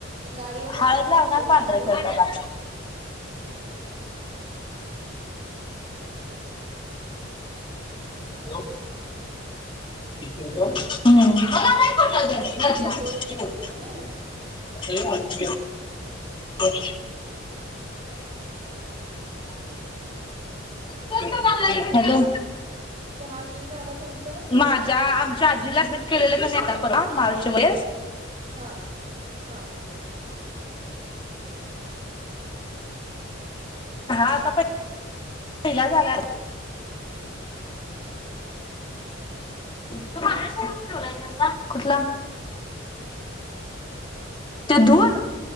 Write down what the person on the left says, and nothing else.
हळद
लागणार
पांढऱ्या शर्टाला.
<unintelligible> <unintelligible> हम्म <unintelligible>
<unintelligible> <unintelligible> हॅलो
माझ्या आमच्या आजीला केलेलं की नाही आत्ता परवा मार्च मध्ये
हा आता पहिला झाल्या <unintelligible> पांढरा शर्ट कुठे ठेवलाय त्यांचा? कुठला? ते धुन?